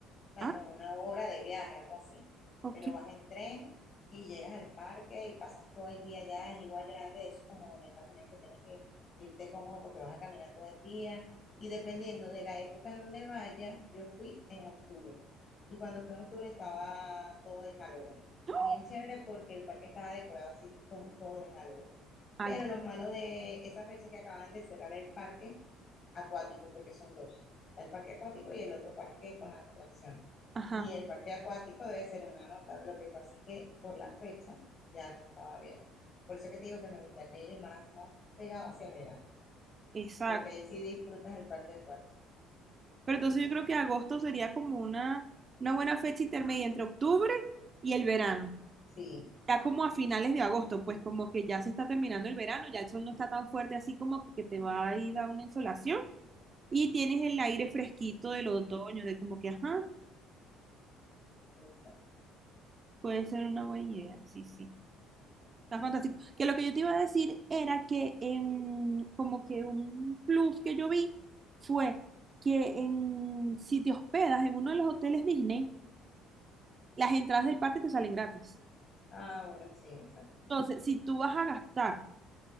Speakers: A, on the left; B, on the right.
A: sea,
B: Ah,
A: como una hora de viaje, algo así.
B: ok.
A: Pero vas en tren y llegas al parque y pasas todo el día allá, es igual grande, eso como en Estados Unidos que tienes que irte cómodo porque vas a caminar todo el día. Y dependiendo de la época en donde vayas, yo fui en octubre. Y cuando fui en octubre estaba todo de Halloween.
B: No.
A: Bien chévere porque el parque estaba decorado así con todo de Halloween.
B: Ay,
A: Pero lo malo de esa fecha es que acaban de cerrar el parque acuático, porque son dos. Está el parque acuático y el otro parque con las atracciones.
B: ajá,
A: Y el parque acuático debe ser una nota. Lo que pasa es que por la fecha ya no estaba abierto. Por eso que te digo que me gustaría ir más, más pegado hacia el verano,
B: exacto.
A: porque ahí sí disfrutas el parque acuático.
B: Pero entonces yo creo que agosto sería como una, una buena fecha intermedia entre octubre y el verano.
A: Sí,
B: Ya como a finales de agosto, pues como que ya se está terminando el verano, ya el sol no está tan fuerte así como que, que te va a ir a una insolación y tienes el aire fresquito del otoño, de como que, ajá,
A: esa.
B: puede ser una buena idea, sí, sí. Está fantástico. Que lo que yo te iba a decir era que en, como que un plus que yo vi fue que en, si te hospedas en uno de los hoteles Disney, las entradas del parque te salen gratis.
A: Ah, bueno, sí, esa.
B: Entonces, si tú vas a gastar